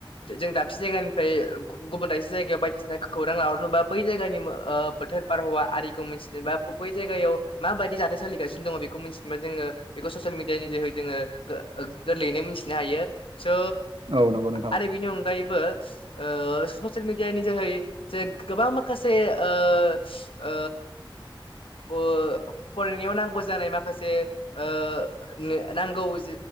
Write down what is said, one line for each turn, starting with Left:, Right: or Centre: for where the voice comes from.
Left: जों दाबसे जायगानिफ्राय गु गुबुन दाबसे जायगायाव बायदिसिना खौरां लाहरनोबा बै जायगानि बोथोर बारहावा आरिखौ मिथिनोबा बै जायगायाव मा बायदि जाथाय सोलिगासिनो दङ बेखौ मिथिनोबा जोङो बेखौ ससियेल मिडियानि जोहै जोङो गो गोरलैयैनो मिथिनो हायो। सो
Right: औ नंगौ नोंथां औ
Left: आरो बेनि अनगायै बो ओ ससिल मिडियानि जोहै जे गोबां माखासे ओ
Right: <inaudible>
Left: ओ ओ फरायनायाव नांगौ जानाय माखासे ओ ने नांगौ ओ